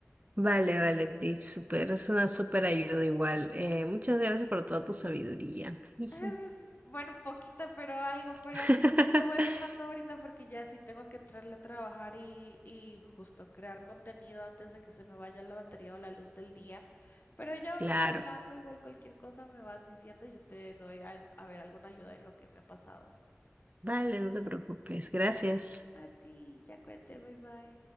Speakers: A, on the right (about 35°); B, on the left (about 45°).
A: Vale, vale, Tiff, super, es una súper ayuda igual. Eh, muchas gracias por toda tu sabiduría. Jiji.
B: <laughs> Bueno, poquita, pero algo, pero
A: <laughs>
B: yo te voy dejando ahorita porque ya sí tengo que entrarle a trabajar y, y justo crear contenido antes de que se me vaya la batería o la luz del día. Pero ya vamos
A: Claro,
B: hablando, igual cualquier cosa me vas diciendo y yo te doy al- a ver alguna ayuda en lo que me ha pasado.
A: vale, no te preocupes, gracias.
B: A ti, ya cuídate, bye bye.